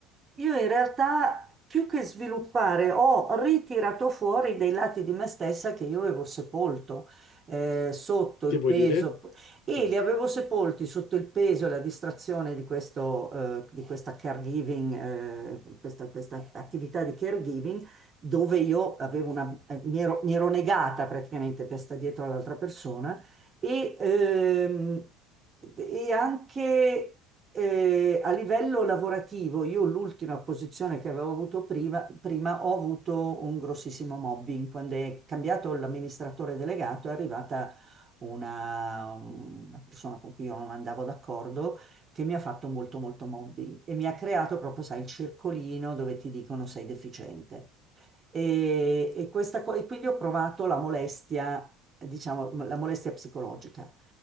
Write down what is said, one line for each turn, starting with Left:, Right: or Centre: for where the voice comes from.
Right: io in realtà più che sviluppare ho ritirato fuori dei lati di me stessa che io avevo sepolto. eh, sotto
Left: Che
Right: il
Left: vuoi
Right: peso
Left: dire?
Right: e
Left: Mm.
Right: li avevo sepolti sotto il peso e la distrazione di questo, eh, di questa caregiving, eh, questa questa attività di caregiving dove io avevo una, eh, mi ero, mi ero negata praticamente per stare dietro all'altra persona e, ehm, e anche eh, a livello lavorativo, io l'ultima posizione che avevo avuto prima, prima ho avuto un grossissimo mobbing. Quando è cambiato l'amministratore delegato è arrivata una, una persona con cui io non andavo d'accordo che mi ha fatto molto molto mobbing e mi ha creato proprio, sai, il circolino dove ti dicono sei deficiente. E, e questa co- e quindi ho provato la molestia, diciamo, la molestia psicologica.